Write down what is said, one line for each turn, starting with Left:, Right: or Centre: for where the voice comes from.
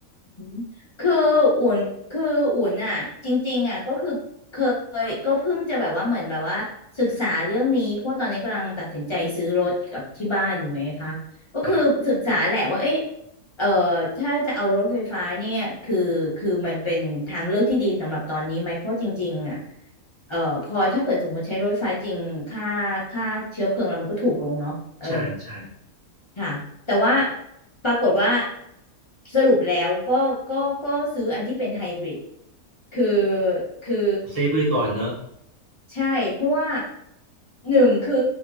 Left: อืมคืออุ่นคืออุ่นอ่ะจริงๆอ่ะก็คือเคยก็เพิ่งจะแบบว่าเหมือนแบบว่าศึกษาเรื่องนี้เพราะว่าตอนนี้กำลังตัดสินใจซื้อรถกับที่บ้านอยู่ไงคะก็คือศึกษาแหละว่าเอ๊ะ
Right: ะ
Left: เอ่อถ้าจะเอารถไฟฟ้าเนี่ยคือคือมันเป็นทางเลือกที่ดีสำหรับตอนนี้ไหมเพราะจริงๆอ่ะเอ่อพอถ้าเกิดสมมติใช้รถไฟฟ้าจริงค่าค่าเชื้อเพลิงอะไรมันก็ถูกลงเนาะเออ
Right: ใช่ใช่
Left: ค่ะแต่ว่าปรากฏว่าสรุปแล้วก็ก็ก็ซื้ออันที่เป็นไฮบริดคือคือ
Right: เซฟไว้ก่อนเนอะ
Left: ใช่เพราะว่าหนึ่งคือ